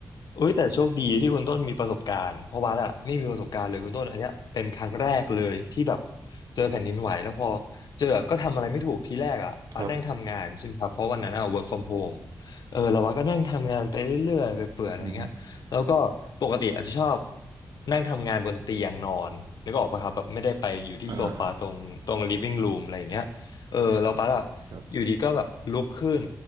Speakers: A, on the left (about 80°); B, on the right (about 75°).
A: เอ้ยแต่โชคดีที่คุณต้นมีประสบการณ์เพราะว่าอะไม่มีประสบการณ์เลยคุณต้นอันเนี้ยเป็นครั้งแรกเลยที่แบบเจอแผ่นดินไหวแล้วพอเจอก็ทำอะไรไม่ถูกทีแรกอ่ะอะนั่งทำงานใช่ไหมครับเพราะวันนั้นอ่ะ
B: ครับ
A: work from home เออแล้วว่าก็นั่งทำงานไปเรื่อยๆไปเปื่อยอะไรเงี้ยแล้วก็ปกติอาจจะชอบ
B: อือฮึ
A: นั่งทำงานบนเตียงนอนนึกออกปะครับแบบไม่ได้ไปอยู่ที่โซฟาตรงตรง
B: อ่า
A: living room อะไรอย่างเงี้ยเออแล้วบัสอะ
B: ครับ
A: อยู่ดีก็แบบลุกขึ้น